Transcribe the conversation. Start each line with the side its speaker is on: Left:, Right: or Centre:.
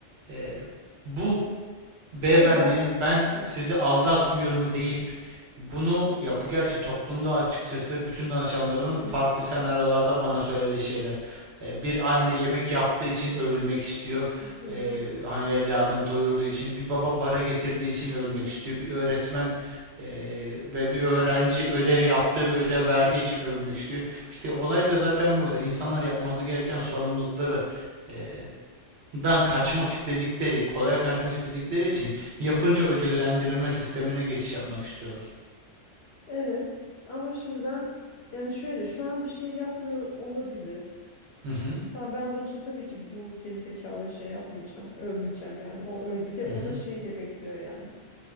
Right: e, bu beyefendinin
Left: Ya ben
Right: ben
Left: Hı,
Right: sizi aldatmıyorum deyip bunu ya bu gerçi toplumda açıkçası bütün danışanlarımın farklı
Left: hı,
Right: senaryolarda bana söylediği şeyler. E, bir anne yemek yaptığı için övülmek istiyor.
Left: hı.
Right: E, hani evladını doyurduğu için. Bir baba para getirdiği için övülmek istiyor. Bir öğretmen e, ve bir öğrenci ödev yaptığı ve ödev verdiği için övülmek istiyor. İşte olay da zaten burada. İnsanlar yapması gereken sorumlulukları e, dan kaçmak istedikleri, kolaya kaçmak istedikleri için yapınca ödüllendirilme sistemine geçiş yapmak istiyorlar.
Left: Evet ama şimdi ben yani şöyle şu an bir şey yapmıyor olabilir.
Right: Hı hı.
Left: Tamam ben bunun için tabii ki bu gerizekalı şey yapmayacağım. Övmeyeceğim yani. O öyle bir de
Right: Hı
Left: o
Right: hı.
Left: da şey de bekliyor yani.